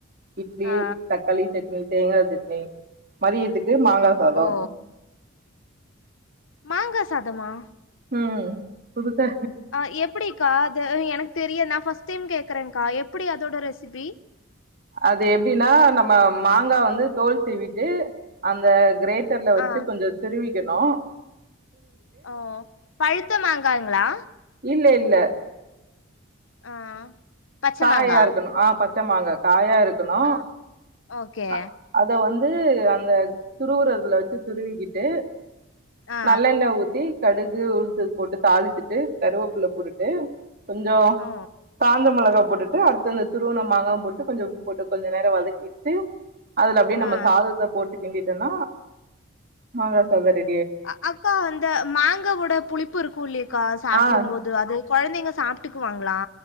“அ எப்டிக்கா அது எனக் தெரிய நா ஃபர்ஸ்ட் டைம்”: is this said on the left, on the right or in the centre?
Left